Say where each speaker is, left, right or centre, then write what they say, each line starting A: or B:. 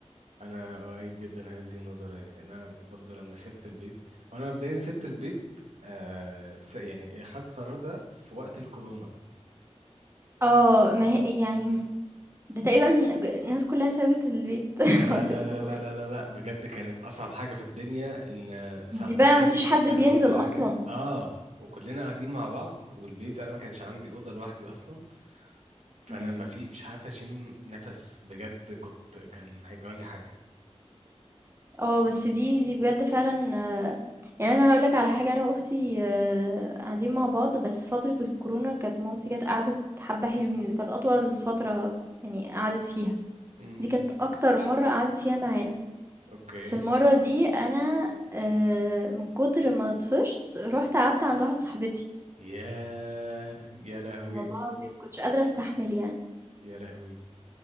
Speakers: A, on the right; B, on the right.
A: انا اؤيد جدا هذه النظريه انا برضو لما سبت البيت وانا مبدئيا سبت البيت آه س- يعني خدت قرار ده في وقت الكورونا
B: آه، ما هي يعني ده تقريبًا ج الناس كلها سابت البيت <laughs>
A: لا لا
B: وقت
A: لا
B: الكورونا،
A: لا لا لا لا لا بجد كانت أصعب حاجة في الدنيا إن ساعة
B: دي بقى
A: الكرفيو
B: ما فيش حد
A: وساعة
B: بينزل
A: كل حاجة
B: أصلًا.
A: آه وكلنا قاعدين مع بعض والبيت أنا ما كانش عندي أوضة لوحدي أصلا فأنا
B: إمم.
A: ما في مش عارف أشم نفس بجد كنت كان هيجرى لي حاجة
B: آه، بس دي دي بجد فعلًا آآ، يعني أنا هاقول لك على حاجة، أنا وأختي آآ، قاعدين مع بعض، بس فترة الكورونا كانت مامتي جات قعدت حبّة حلوين، دي كانت أطول فترة يعني قعدت فيها،
A: امم
B: دي كانت أكتر مرّة قعدت فيها معانا.
A: أوكي
B: في المرّة دي أنا آآ، من كتر ما طفشت، رُحت قعدت عند واحدة صاحبتي،
A: ياه يا لهوي
B: والله العظيم ما كنتش قادرة أستحمل يعني.
A: يا لهوي